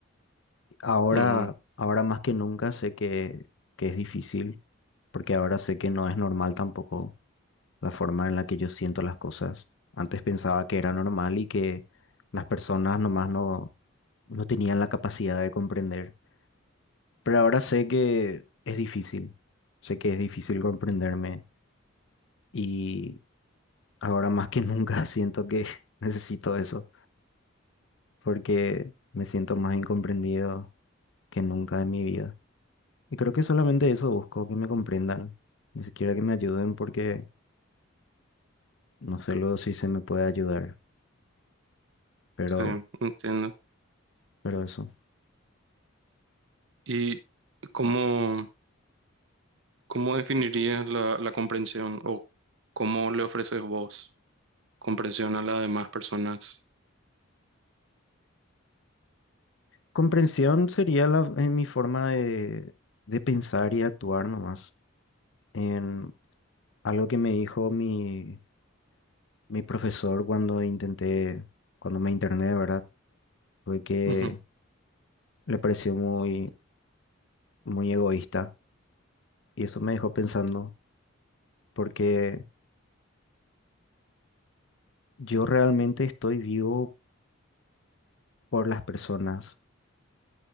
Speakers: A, on the left (about 65°); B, on the right (about 65°).
A: Ahora,
B: ujú,
A: ahora más que nunca sé que, que es difícil, porque ahora sé que no es normal tampoco la forma en la que yo siento las cosas. Antes pensaba que era normal y que las personas nomás no, no tenían la capacidad de comprender. Pero ahora sé que es difícil, sé que es difícil comprenderme y ahora más que nunca <laughs> siento que <laughs> necesito eso, porque me siento más incomprendido que nunca en mi vida. Y creo que solamente eso busco, que me comprendan, ni siquiera que me ayuden porque no sé luego si se me puede ayudar, pero,
B: sí, entiendo.
A: pero eso.
B: ¿Y cómo, cómo definirías la, la comprensión o cómo le ofreces vos comprensión a las demás personas?
A: Comprensión sería la, eh, mi forma de, de pensar y actuar nomás. En algo que me dijo mi, mi profesor cuando intenté, cuando me interné, ¿verdad? Fue que
B: Ujú.
A: le pareció muy, muy egoísta y eso me dejó pensando porque yo realmente estoy vivo por las personas